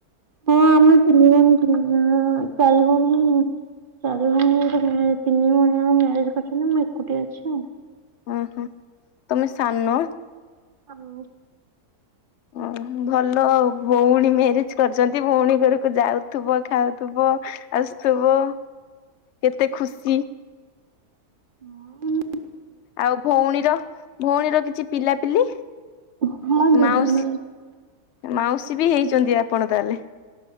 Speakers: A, on the right (about 40°); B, on the left (about 65°).
A: ହଁ ଆମେ ତିନି ଜଣ ତିନି ଜଣ ଚାରି ଭଉଣୀ। ଚାରି ଭଉଣୀଙ୍କ ତିନି ଭଉଣୀଙ୍କ ମ୍ୟାରେଜ କରିଛନ୍ତି ମୁଁ ଏକୁଟିଆ ଅଛି ଆଉ।
B: ଆହାଁ ତମେ ସାନ।
A: ହାଲୋ
B: ଅହ ଭଲ ଭଉଣୀ ମ୍ୟାରେଜ କରିଛନ୍ତି ଭଉଣୀ ଘରକୁ ଯାଉଥୁବ ଖାଉଥୁବ। <unintelligible> ଆସୁଥିବ କେତେ ଖୁସି
A: ହୁଁଉଁ।
B: ଆଉ ଭଉଣୀର ଭଉଣୀର କିଛି ପିଲାପିଲି?
A: ହଁ ଦି
B: ମାଉସୀ
A: ଜଣ
B: ମାଉସୀ ବି ହେଇଛନ୍ତି ଆପଣ ତାହେଲେ।